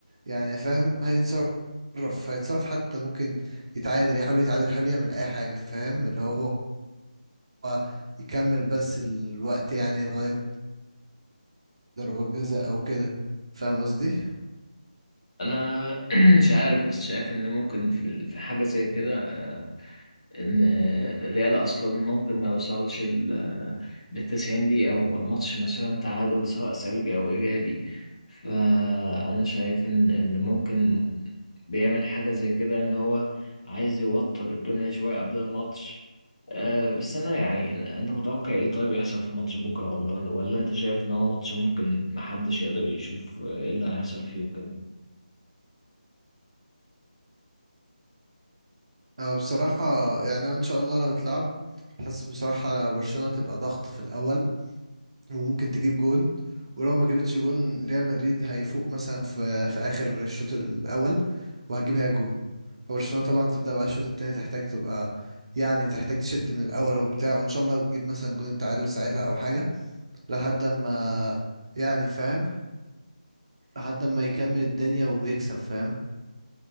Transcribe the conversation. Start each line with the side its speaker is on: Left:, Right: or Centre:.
Right: يعني فاهم هيتصرف هيتصرف حتى ممكن يتعادل يحاول يتعادل يحاول يعمل اي حاجة فاهم اللي هو هو يكمل بس الوقت يعني لغاية ضربات جزاء أو كده فاهم قصدي؟
Left: انا <clears throat> مش عارف بس شايف ان ممكن في ال- في حاجه زي كده آه، ان آه، الريال اصلا ممكن ما يوصلش لل 90 دقيقه او الماتش مثلا تعادل سواء سلبي او ايجابي فانا شايف ان ان ممكن بيعمل حاجه زي كده ان هو عايز يوتر الدنيا شويه قبل الماتش آه، بس انا يعني أنا- انت متوقع ايه طيب يحصل في ماتش بكره ولا ولا انت شايف ان هو ماتش ممكن محدش يقدر يشوف آه، ايه اللي هيحصل فيه وكده
Right: أه بصراحة يعني هو إن شاء الله لو اتلعب حاسس بصراحة برشلونة تبقى ضغط في الأول وممكن تجيب جون ولو ما جابتش جون ريال مدريد هيفوق مثلا في في آخر الشوط الأول وهتجيب هي جون فبرشلونة طبعا تبدأ بقى الشوط التاني تحتاج تبقى يعني تحتاج تشد من الأول وبتاع وإن شاء الله تجيب مثلا جون التعادل ساعتها أو حاجة لحد ما يعني فاهم لحد ما يكمل الدنيا ويكسب فاهم